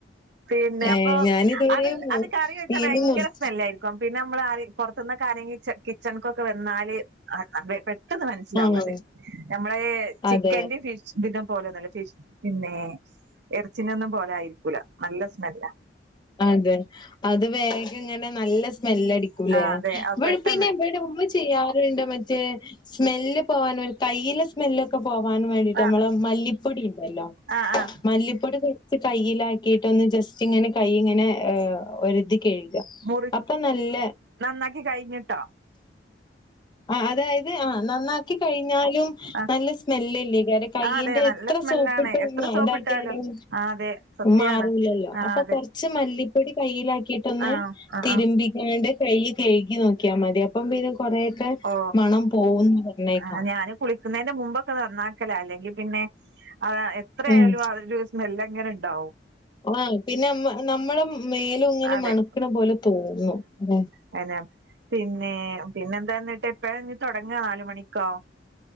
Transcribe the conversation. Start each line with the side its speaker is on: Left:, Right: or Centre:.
Right: പിന്നെ
Left: ഏഹ്
Right: അപ്പൊ
Left: ഞാനിതുവരെയും
Right: അത് അത് കറി വെച്ചാ
Left: മീന്
Right: ഭയങ്കര
Left: മുറി
Right: സ്മെല്ലായി പിന്നെ നമ്മള് ആരേ പുറത്തുന്നൊക്കെ ആരേങ്കിലും കിച്ചൺ കിച്ചണ്ക്കൊക്കെ വന്നാല് അത് പെട്ടെന്ന് മനസ്സി നസ്സിലാവും
Left: ആഹ്
Right: അത് നമ്മള് ചിക്കന്റെ
Left: അതെ
Right: ഫിഷ് ഇതിൻ്റേം പോലെ ഒന്നല്ല ഫിഷ് പിന്നെ എറച്ചീനൊന്നും പോലായിരിക്കൂല നല്ല സ്മെല്ലാ
Left: അതെ അത് വേഗം ഇങ്ങനെ നല്ല സ്മെല്ലടിക്കൂലേ
Right: ആഹ് അതെ അത്
Left: ഇവിടെ
Right: പെട്ടെന്ന്
Left: പിന്നെ ഇവിടെ ഉമ്മി ചെയ്യാറുണ്ട് മറ്റേ സ്മെല്ല് പോവാൻ ഒരു കയ്യിലെ സ് മെല്ലൊക്കെ പോവാനും വേണ്ടിട്ട്
Right: ആഹ്
Left: നമ്മളെ മല്ലിപ്പൊടി ണ്ടല്ലോ
Right: ആഹ് ആഹ്
Left: മല്ലിപ്പൊടി കൊറച്ച് കൈയിലാക്കിയിട്ടൊന്ന് ജസ്റ്റിങ്ങനെ കൈ ഇങ്ങനെ ഏഹ് ഒരതി കഴു
Right: മുറി
Left: അപ്പൊ നല്ല
Right: നന്നാക്കി കഴിഞ്ഞിട്ടോ
Left: അതാ ആഹ് നന്നാക്കി കഴിഞ്ഞാലും
Right: ആഹ്
Left: നല്ല സ്മെല്ലല്ലേ കാര്യം കയ്യിന്റെ
Right: ആ അതെ നല്ല
Left: എത്ര
Right: സ്മെല്ലാണ്
Left: സോപ്പിട്ട്
Right: എത്ര സോപ്പിട്ടാലും
Left: ഇതാക് ക്കിയാലും
Right: ആ അതെ സത്യാണ്
Left: മാറൂല്ലല്ലോ
Right: ആ
Left: അപ്പൊ
Right: അതെ
Left: കൊറച്ച് മല്ലിപ്പൊടി കയ്യിലാക്കിട്ടൊന്ന്
Right: ആ ആ
Left: തിരു
Right: ആ
Left: മ്പിക്കാണ്ട് കൈ കഴുകി നോക്കിയാ മതി അപ്പം പിന്നെ കൊറെ ക്കെ
Right: ഓ
Left: മണം പോകും ന്ന് പറഞ്ഞേക്കാം
Right: ആ ഞാന് കുളിക്കുന്നതിന്റെ മുമ്പൊക്കെ നന്നാക്കലാ അല്ലെങ്കി പിന്നെ അത് എത്രയായാലും
Left: ഉം.
Right: അതിൻ്റെ ഒരു സ് മെല്ലങ്ങനെ ണ്ടാവും
Left: ആഹ് പിന്നെമ്മ നമ്മളെ മേലും ഇങ്ങനെ
Right: അതെ
Left: മണക്കണ പോലെ തോന്നും ല്ലെ
Right: അതന്നെ പിന്നെ പിന്നെന്താന്നിട്ട് എപ്പഴാ ഇനി തുടങ്ങാ നാല് മണിക്കോ